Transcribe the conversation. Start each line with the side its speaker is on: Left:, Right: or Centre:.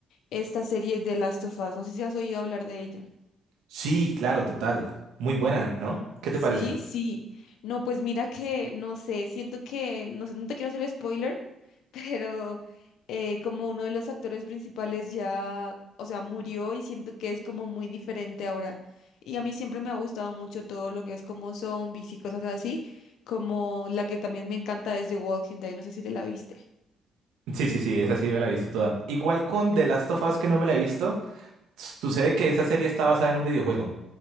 Left: esta serie de Last of Us. No sé si has oído hablar de ella.
Right: Sí, claro, total. Muy buena, ¿no? ¿Qué
Left: Sí,
Right: te parece?
Left: sí. No, pues mira que, no sé, siento que, no sé, no te quiero hacer spoiler, <laughs> pero eh, como uno de los actores principales ya, o sea, murió y siento que es como muy diferente ahora. Y a mí siempre me ha gustado mucho todo lo que es como zombies y cosas así, como la que también me encanta es The Walking Dead, no sé si te la viste.
Right: Sí, sí, sí, esa sí me la he visto toda. Igual con The Last of Us que no me la he visto, sucede que esa serie está basada en un videojuego.